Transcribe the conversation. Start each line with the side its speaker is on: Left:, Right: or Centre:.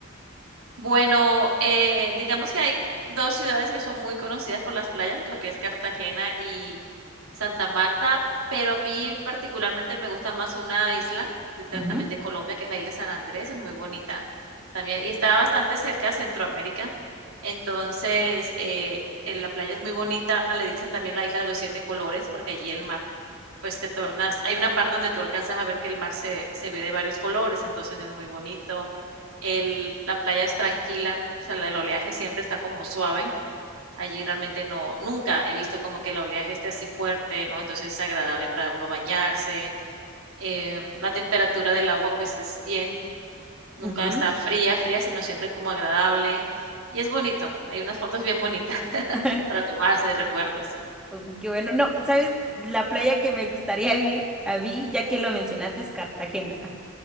Right: Bueno, eh, digamos que hay dos ciudades que son muy conocidas por las playas, lo que es Cartagena y Santa Marta, pero a mí particularmente me gusta más una isla, exactamente
Centre: Ujú.
Right: Colombia, que es la isla San Andrés, es muy bonita también y está bastante cerca a Centroamérica. Entonces, eh, eh, la playa es muy bonita, le dicen también la isla de los siete colores, porque allí el mar pues te tornas, hay una parte donde tú alcanzas a ver que el mar se, se ve de varios colores, entonces es muy bonito. El, la playa es tranquila, o sea, el oleaje siempre está como suave. Allí realmente no, nunca he visto como que el oleaje esté así fuerte, ¿no? Entonces es agradable para uno bañarse. Eh, la temperatura del agua pues es bien, nunca
Centre: Ujú.
Right: está fría, fría, sino siempre es como agradable y es bonito. Hay unas fotos bien bonitas <laughs>
Centre: <laughs>
Right: para tomarse de recuerdos. sí.
Centre: Uy, Qué bueno. No, ¿sabes? La playa que me gustaría ir a mí, ya que lo mencionaste, es Cartagena.